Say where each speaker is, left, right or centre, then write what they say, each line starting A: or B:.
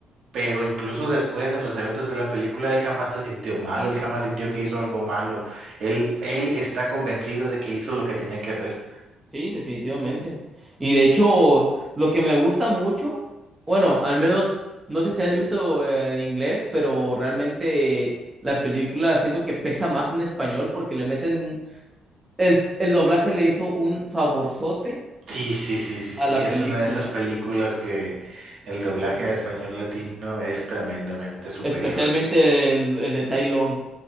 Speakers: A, on the right; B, on the right.
A: pero incluso después en los eventos de la película él jamás se sintió mal, él jamás sintió que hizo algo malo, él, él está convencido de que hizo lo que tenía que hacer.
B: sí, definitivamente. Y de hecho, lo que me gusta mucho, bueno, al menos, no sé si has visto eh, en inglés, pero realmente la película siento que pesa más en español porque le meten, mu- el, el doblaje le hizo un favorzote
A: Sí, sí, sí, sí,
B: a
A: sí,
B: la
A: es
B: película.
A: una de esas películas que el doblaje a español latino es tremendamente superior.
B: Especialmente el, el de Tai Long.